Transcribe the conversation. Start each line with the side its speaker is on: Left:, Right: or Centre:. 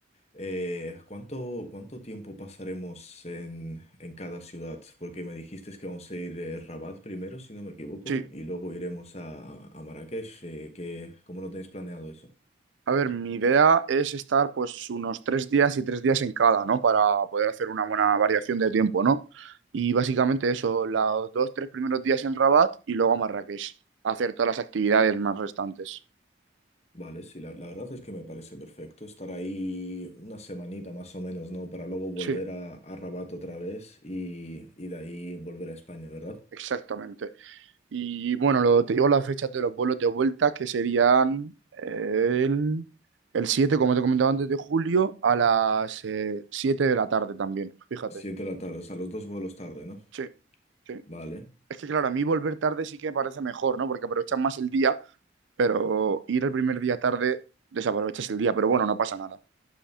Left: Eh, ¿cuánto, cuánto tiempo pasaremos en, en cada ciudad? Porque me dijiste que vamos a ir a Rabat primero, si no me equivoco,
Right: Sí,
Left: y luego iremos a, a Marrakech. eh, que, ¿cómo lo tenéis planeado eso?
Right: a ver, mi idea es estar pues unos tres días y tres días en cada, ¿no? Para poder hacer una buena variación de tiempo, ¿no? Y básicamente eso, los dos, tres primeros días en Rabat y luego a Marrakech, a hacer todas las actividades más restantes.
Left: Vale, sí, la, la verdad es que me parece perfecto estar ahí una semanita más o menos, ¿no? Para luego volver
Right: Sí,
Left: a, a Rabat otra vez y, y de ahí volver a España, ¿verdad?
Right: exactamente. Y bueno, lo, te digo las fechas de los vuelos de vuelta, que serían eh, el, el 7 como te comentaba antes, de julio, a las eh, 7 de la tarde también, fíjate.
Left: Siete de la tarde, o sea, los dos vuelos tarde, ¿no?
Right: Sí, sí.
Left: Vale.
Right: Es que claro, a mí volver tarde sí que me parece mejor, ¿no? Porque aprovechas más el día, pero ir el primer día tarde, desaprovechas el día, pero bueno, no pasa nada.